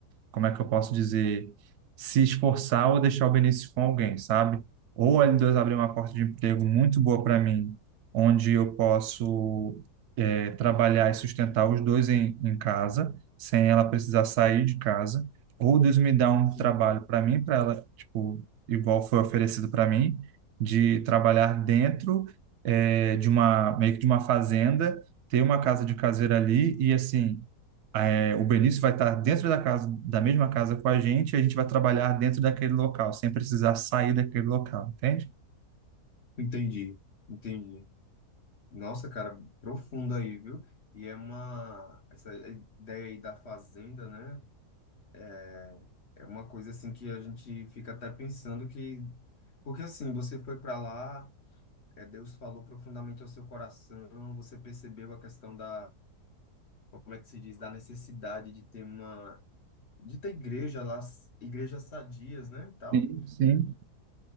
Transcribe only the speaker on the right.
como é que eu posso dizer, se esforçar ou deixar o benefício com alguém, sabe? Ou a L2 abrir uma porta de emprego muito boa para mim, onde eu posso é, trabalhar e sustentar os dois em, em casa, sem ela precisar sair de casa, ou Deus me dá um
trabalho para mim, para ela, tipo, igual foi oferecido para mim, de trabalhar dentro é, de uma, meio que de uma fazenda, ter uma casa de caseira ali e, assim, é, o Benício vai estar dentro da casa, da mesma casa com a gente, e a gente vai trabalhar dentro daquele local, sem precisar sair daquele local, entende?
Sim, sim.